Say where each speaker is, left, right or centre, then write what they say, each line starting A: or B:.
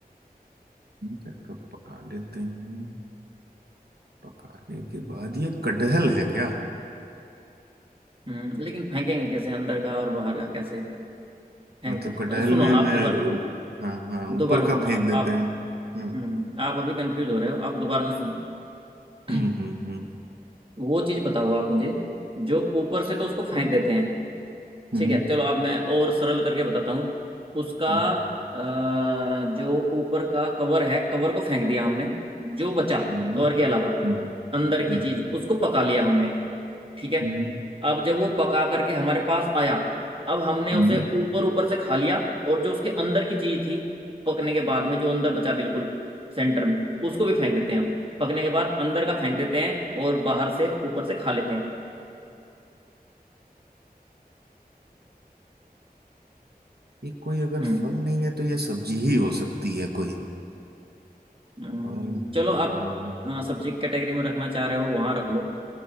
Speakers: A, on the right; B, on the right.
A: अंदर का पका लेते हैं पकाने के बाद ये कटहल है क्या
B: हम्म लेकिन फेंकेंगे कैसे अंदर का और बाहर का कैसे है
A: मतलब
B: इधर
A: कटहल
B: मतलब सुनो
A: में मैं
B: आप दोबारा
A: ऊ- हाँ हाँ
B: दोबारा
A: ऊपर का
B: सुनो
A: फेंक
B: आप
A: देते
B: आप
A: हैं हम्म
B: हम्म, आप अभी कंफ्यूज हो रहे हो आप दोबारा से सुनो
A: हम्म
B: <clears throat>
A: हम्म
B: वो चीज बताओ आप मुझे जो ऊपर से तो उसको फेंक देते हैं
A: हम्म
B: ठीक है चलो अब मैं और सरल करके बताता हूँ उसका
A: हम्म
B: अ, जो ऊपर का कवर है कवर को फेंक दिया हमने जो बचा
A: हम्म
B: कवर के अलावा
A: हम्म हम्म
B: अंदर की चीज
A: हम्म,
B: उसको पका लिया हमने ठीक है
A: हम्म,
B: अब जब वो पका करके हमारे पास आया अब हमने
A: हम्म।
B: उसे ऊपर ऊपर से खा लिया और जो उसके अंदर की चीज थी पकने के बाद में जो अंदर बचा बिल्कुल सेंटर में उसको भी फेंक देते हैं हम पकने के बाद अंदर का फेंक देते हैं और बाहर से ऊपर से खा लेते हैं
A: ये कोई अगर
B: हम्म
A: फल नहीं है तो ये सब्जी ही हो सकती है कोई
B: हम्म,
A: और हम्म,
B: चलो आप अ, सब्जी कैटेगरी में रखना चाह रहे हो वहां रख लो